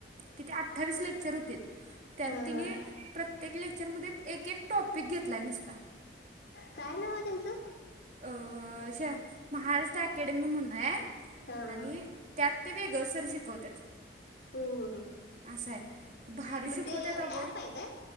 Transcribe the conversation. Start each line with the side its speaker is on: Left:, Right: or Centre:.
Right: किती अठ्ठावीस लेक्चर होतीत. त्यात
Left: हा
Right: तिनी
Left: हा
Right: प्रत्येक लेक्चरमध्ये एक एक टॉपिक घेतलाय नुसता
Left: काय नाव आहे त्यांचं
Right: अह महाराष्ट्र अकॅडमी म्हणून आहे
Left: हा हा
Right: आणि त्यात ते वेगळ सर शिकवत्यात.
Left: हम्म हम्म
Right: असंय भारी
Left: मग
Right: शिकवत्यात
Left: ते
Right: अग
Left: ऍप आहे काय